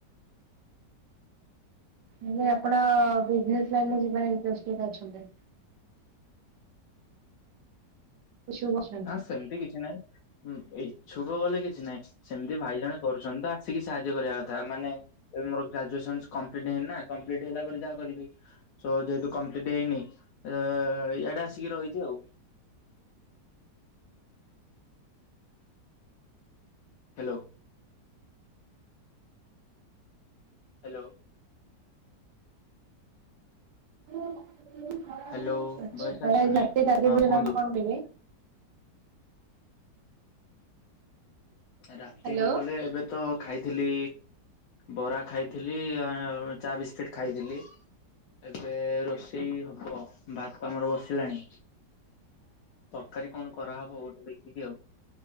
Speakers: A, on the right; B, on the left.
A: ହେଲେ ଆପଣ ବିଜନସ ଲାଇନ୍ ରେ <unintelligible> ପୁ <unintelligible>
B: ନା ସେମିତି କିଛି ନାହିଁ। ହୁଁ ଇଛୁକ ବଲେ କିଛି ନାହିଁ। ସେମିତି ଭାଇ ଜଣେ କରୁଛନ୍ତି ତ ଆସିକି ସାହାଯ୍ୟ କରିବା କଥା ମାନେ ଏ ମୋର ଗ୍ରାଜୁଏସନ କମ୍ପଲିଟ ହେଇନା କମ୍ପଲିଟ ହେଲା ପରେ ଯାହା କରିବି। ସ ଯେହେତୁ କମ୍ପ୍ଲିଟ ହେଇନି ର ଇଆଡେ ଆସିକି ରହିଚି ଆଉ। ହାଲୋ। ହାଲୋ।
A: ଆଚ୍ଛା
B: ହ୍ୟାଲୋ ଭଏସ
A: <unintelligible>
B: ଆସୁନି ହଁ କୁହନ୍ତୁ। ରାତିରେ
A: ହ୍ୟାଲୋ
B: ବୋଲେ ଏବେ ତ ଖାଇଥିଲି ବରା ଖାଇଥିଲି ଚା ବିସ୍କିଟ୍ ଖାଇଥିଲି। ଏବେ ରୋଷେଇ ହବ ଭାତ ଆମର ବସିଲାଣି। ତରକାରୀ କଣ କରାହବ ଗୋଟେ ଦେଖିକି ଆଉ